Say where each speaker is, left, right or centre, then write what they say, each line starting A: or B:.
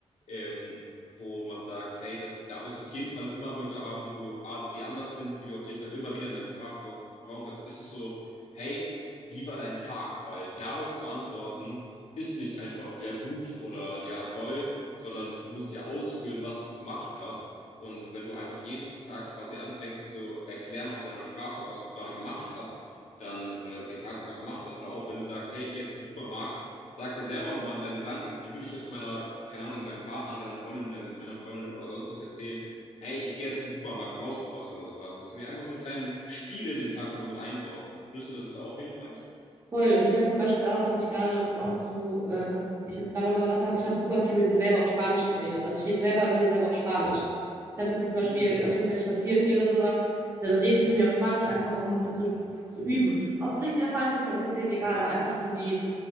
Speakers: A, on the left (about 75°); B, on the right (about 25°).
A: ähm, wo man sagt, hey, das, da wirst du auf jeden Fall immer Wörter haben, die du, die anders sind, die du auf jeden Fall immer wieder in deinem Sprachgebrauch brauchen kannst, ist es so, hey, wie war dein Tag? Weil darauf zu antworten, ist nicht einfach ja gut oder ja toll, sondern du musst ja ausführen, was du gemacht hast. Und wenn du einfach jeden Tag quasi anfängst zu erklären auf deiner Sprache, was du gerade gemacht hast, dann oder den Tag über gemacht hast, oder auch wenn du sagst, hey, ich gehe jetzt zum Supermarkt, sag dir selber nochmal in deinen Gedanken, wie würde ich jetzt meiner, keine Ahnung, deinem Partner, deiner Freundin, deinem, meiner Freundin oder sonst was erzählen, hey, ich gehe jetzt zum Supermarkt, brauchst du was oder sowas, dass du dir einfach so eine kleinen Spiele den Tag immer mit einbaust. Findest du, das ist auch hilfreich?
B: Voll. Und ich habe zum Beispiel auch, was ich gerade, was du, äh, was ich jetzt gerade nochmal gedacht habe, ich habe super viel mit mir selber auf Spanisch geredet. Also ich rede selber mit mir selber auf Spanisch. Ich habe das jetzt zum Beispiel
A: Mm,
B: öfters, wenn ich spazieren gehe oder sowas, dann rede ich mit mir auf Spanisch einfach, um das zu, zu üben. Ob es richtig oder falsch ist, ist im Endeffekt egal, aber einfach, dass du die,